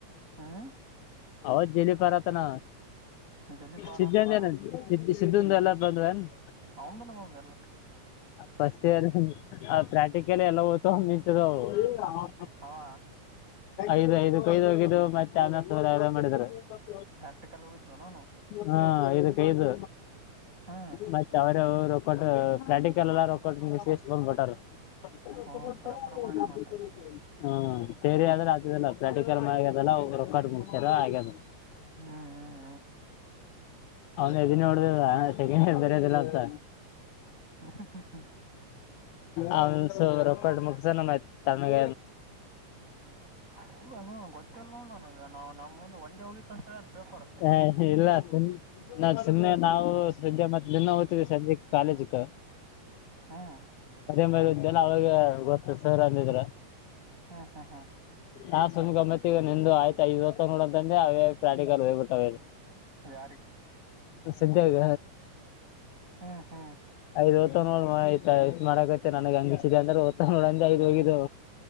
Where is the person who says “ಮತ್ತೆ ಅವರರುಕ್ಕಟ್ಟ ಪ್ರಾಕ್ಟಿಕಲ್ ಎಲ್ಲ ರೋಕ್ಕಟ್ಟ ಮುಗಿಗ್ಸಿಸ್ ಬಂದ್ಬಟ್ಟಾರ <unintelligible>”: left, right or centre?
Left